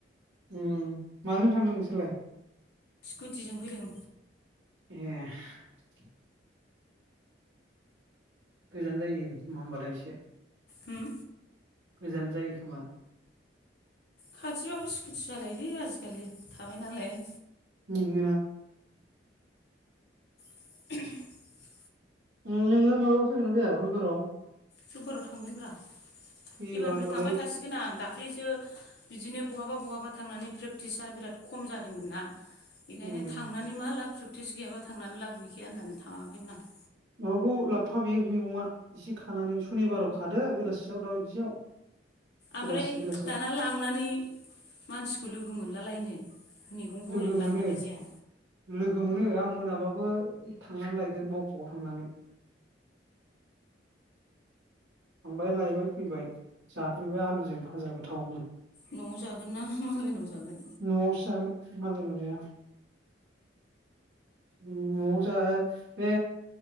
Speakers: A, on the right (about 70°); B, on the left (about 60°).
A: उम माजों थांदों नोंसोरलाय?
B: सिखुटिजों फैदों।
A: ए। गोजान जायो नङा होमबालाय एसे।
B: उम।
A: गोजान जायो खोमा?
B: खाथिबाबो स्कुटि सालायोलै आजिखालि। थाबायनालाय।
A: नंगोना?
B: <inaudible>
A: नोंङो माबायाव फैगोन ना फैया रबिबाराव?
B: रबिबाराव थांगोन ब्रा।
A: फैयोबा
B: इबारनिफ्राय
A: होमबालाय
B: थांबाय थासिगोन आं दा <inaudible> दाखलैसो बिदिनो बहाबा बहाबा थांनानै प्रेकटिसा बिराद खम जादोंमोन ना बेखायनो
A: उम
B: थांनानै मा लाब लिंक्स गैयाबाां लाबो गैखैाया होन्नानै थाङाखैमोन आं <inaudible>
A: माबाखौ लाबफा बियो मेगंआ एसे खानानै सनिबाराव खादो बेलासियाव दाबायदियाव
B: ओमफ्राय
A: बेलासि बेलासियाव
B: दाना लांनानै मानसिखौ लोगो मोनलालायनो मैगंखौ
A: लोगो
B: ओरैनो लांग्रोनाय
A: मोनो
B: जाया।
A: लोगो मोनो आं मोनाबाबो थांनानै लायगोन मावख'आव थांनानै थांबाय लायबाय फैबाय जाफैबाय आलुजों भाजा गोथावनो
B: न'आव जागोन ना मालायनाव जागोन।
A: न'आवसो जागोन मालायनाव जाया न'आव जा बे